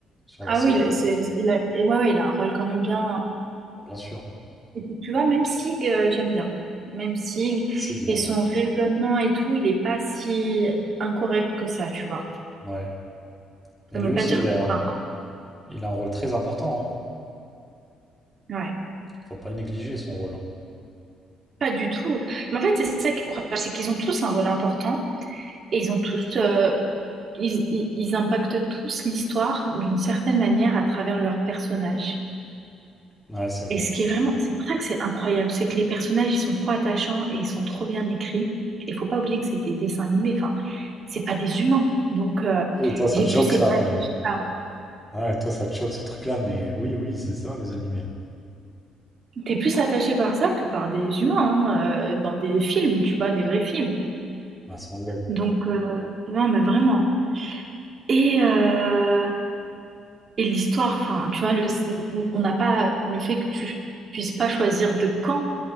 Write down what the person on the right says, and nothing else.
Ah
oui, il a- c'est, c'est- il a, et ouais, ouais, il a un rôle quand même bien.
Et puis, tu vois, même Sig, euh, j'aime bien. Même Sig
et
son raisonnement et tout, il n'est pas si incorrect que ça, tu vois.
Ça ne
veut
pas dire.
Enfin,
ouais,
pas du tout. Mais en fait, c'est ça qui est incroyable, c'est qu'ils ont tous un rôle important et ils ont tous. euh, ils, ils- ils impactent tous l'histoire d'une certaine manière à travers leurs personnages.
Et ce qui est vraiment, c'est pour ça que c'est incroyable, c'est que les personnages, ils sont trop attachants et ils sont trop bien écrits. Il faut pas oublier que c'est des dessins animés, enfin, c'est pas des humains. Donc, euh,
j'ai
plus
été attachée
par...
T'es plus attaché par ça que par des humains, hein, euh, dans des films, tu vois, des vrais films.
Donc, euh, non, mais vraiment. Et, euh, et l'histoire, enfin, tu vois, le- on n'a pas le fait que tu puisses pas choisir de camp.